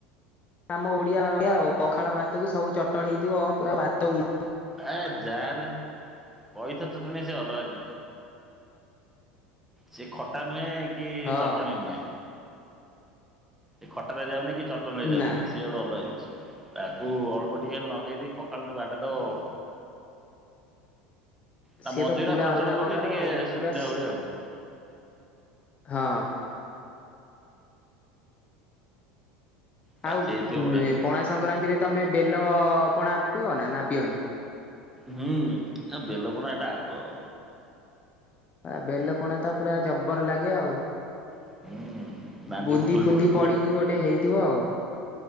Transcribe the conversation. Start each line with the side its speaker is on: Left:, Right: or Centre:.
Left: ଆମ ଓଡ଼ିଆଆ ଓଡ଼ିଆ ଆଉ ପଖାଳ ଭାତ କୁ ସବୁ ଚଟଣି ହେଇଥିବପୁରା ଭାତ ଉ
Centre: ଏ ଯାହାହେଲେ କଇଥ ଚଟଣି ସେ ଅଲଗା ଜିନିଷ ସେ ଖଟା ନୁହେଁ କି,
Left: ହଁ
Centre: ଚଟଣି ନୁହେଁ ସେ ଖଟାରେ ଯାଉନି କି ଚଟଣୀରେ ଯାଉନି
Left: ନା
Centre: ସେ ଗୋଟେ ଅଲଗା ଜିନିଷ, ତାକୁ ଅଳ୍ପ ଟିକେ ହେଲେ ଲଗେଇଦି ପଖାଳ ଟେ ବାଡ଼େଇ ଦବ ଆଉ ତା
Left: ସିଏ
Centre: ମଞ୍ଜିରା
Left: ତ ପୁରା
Centre: ଛୋଟ
Left: ଅଲଗା
Centre: ଛୋଟ ବୋଲି
Left: ପ୍ରକାର
Centre: ଟିକେ
Left: ଆଉ ପୁରା
Centre: ସୁବିଧା ହୁଏ ଆଉ।
Left: ହଁ।
Centre: ପାଚି
Left: ଆଉ
Centre: ଯାଇଥିବ ବଢିଆ ଲାଗିବ।
Left: ପଣା ସଂକ୍ରାନ୍ତିରେ ତମେ ବେଲ ପଣା ପିଅ ନା ନା ପିଅନି?
Centre: ହୁଁ ଆ ବେଲ ପଣା ଟା ଆଗ।
Left: ଆ ବେଲ ପଣା ତ ପୁରା ଜବର ଲାଗେ ଆଉ।
Centre: ହୁଁ। ଦାଣ୍ଡି
Left: ବୁନ୍ଦି
Centre: ଭୁଗୁଲି
Left: ଫୁନ୍ଦି
Centre: ପଡିଥିବ
Left: ପଡିକି ଗୋଟେ ହେଇଥିବ ଆଉ।